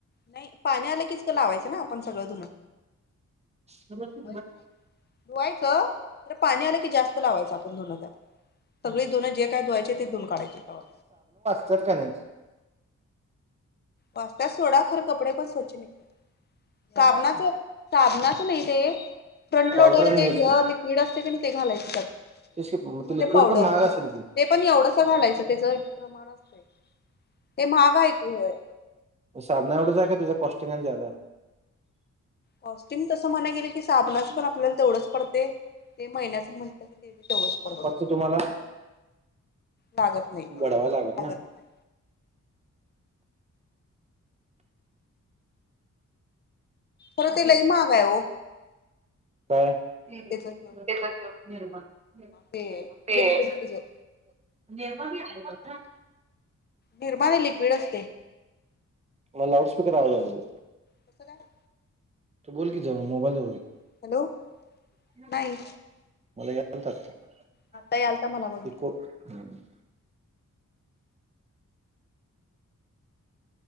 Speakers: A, on the left; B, on the right.
A: नाही, पाणी आलं कीच लावायचं ना, आपण सगळं धुणं,
B: तवर तर
A: धुवायचं खरं पाणी आलं की, जास्त लावायचं आपण धुण त्यात सगळी धुण जे काय धुवायचे ते धुऊन काढायचे तवा,
B: त्यात काय आणायच.
A: वाजतीया सोडा खर कपडे पण स्वच्छ निघतात. साबणाच साबणाच नाही ते, फ्रंट
B: पावडर
A: लोडर
B: आणि
A: ते
B: हेच
A: ह लिक्विड असतय की, ते घालायचे त्यात,
B: तेच की मग
A: किंवा
B: लिक्विड
A: ते पावडर
B: पण महाग असेल
A: ते
B: की
A: पण एवढंस घालायचं तेच प्रमाण असतय. हे महागा आहे कि व्हय,
B: साबणा एवढाच आहे का त्याच कॉस्टिंग आणि जादा हाय,
A: कॉस्ट्यूगिं तसं म्हणाय गेले की, साबणाची
B: आहे
A: पण आपल्याला तेवढंच पडतय. ते महिन्याच म्हटलं की, तेवढच पडतय.
B: फक्त तुम्हाला
A: लागत नाही. लागत
B: बढवायला ना
A: नाही. खर ते लई महाग हाय ओ,
B: काय <unintelligible>
A: त्याच
B: निरमा
A: ते
B: आहे.
A: लिक्विड त्याच
B: न्हवका,
A: निरमा नाही लिक्विड असते
B: म लाऊडस्पीकर आवाज अल्यागत.
A: कसं काय?
B: तू बोल कि, जवळ मोबाईल जवळ घे,
A: हॅलो
B: <unintelligible>
A: नाही आता यालता मला बघितलं